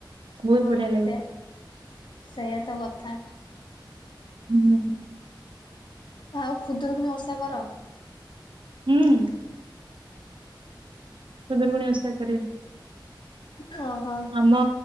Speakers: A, on the right; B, on the left.
A: ବହୁତ
B: ହଁ
A: ବଢିଆ ଲାଗେ।
B: ସେ ସେଇଆ ତ କଥା।
A: ହୁଁ
B: ଆଉ ଖୁଦରୁକୁଣି ଓଷା କର?
A: ହୁଁ। ଖୁଦୁରୁକୁଣୀ ଓଷା କରେ।
B: ହଁ ହଁ।
A: ଆମ